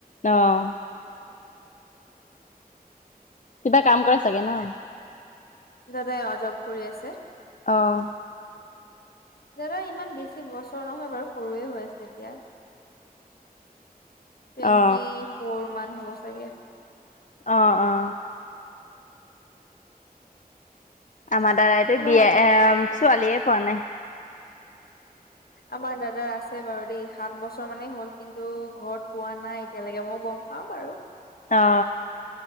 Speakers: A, on the left; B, on the left.
A: অহ। কিবা কাম কৰা চাগে ন?
B: দাদাই অ জ্বব কৰি আছে।
A: অ'।
B: দাদা ইমান বেছি বছৰ নহয় বাৰু সৰুৱে হৈ আছে এতিয়া। টুৱেন্টি
A: অ।
B: ফ'ৰ মান হ'ব চাগে।
A: অ অ। আমাৰ দাদাইতো
B: অ নহয়
A: বিয়া এ ছোৱালীয়ে পোৱা নাই।
B: আমাৰ দাদা আছে বাৰু দেই সাত বছৰ মানেই হ'ল কিন্তু ঘৰত কোৱা নাই। এতিয়ালৈকে মই গম পাওঁ বাৰু।
A: অ